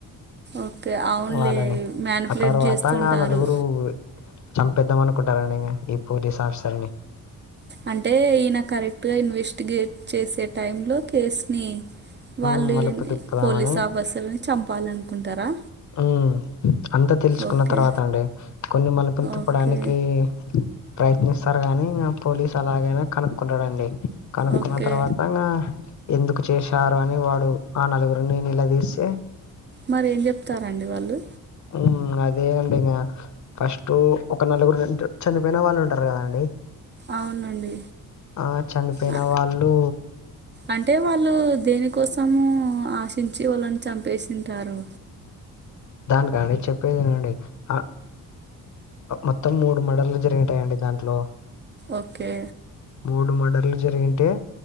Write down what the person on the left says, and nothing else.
వాళ్ళని ఇంగ
తర్వాతంగా
నల్లూరు చంపేద్దాం అనుకుంటారండి ఇంగ ఈ పోలీస్ ఆఫీసర్ ని
ఉమ్ మలుపు
తిప్పుదామని
ఉ అంతా తెలుసుకున్న
తర్వాత అండి కొన్ని మలుపులు తిప్పడానికి
ప్రయత్నిస్తారు గాని ఇంగ పోలీసు అలాగైనా కనుక్కుంటాడండి కనుక్కున్న
తర్వాత ఇంగ ఎందుకు చేసి చారు అని వాడు ఆ నలుగురునీ నిలదిసి
ఉహు అదే అండి మ్యాడ్ ఫస్ట్ ఒక నలుగురు చనిపోయిన వాళ్ళు ఉంటారు కదండి
ఆ చనిపోయిన
వాళ్ళు
దాని కా అండి చెప్పేది వినండి అ మొత్తం మూడు మడర్లు జరిగుతాయండి దాంట్లో
మూడు మడర్లు జరిగింటే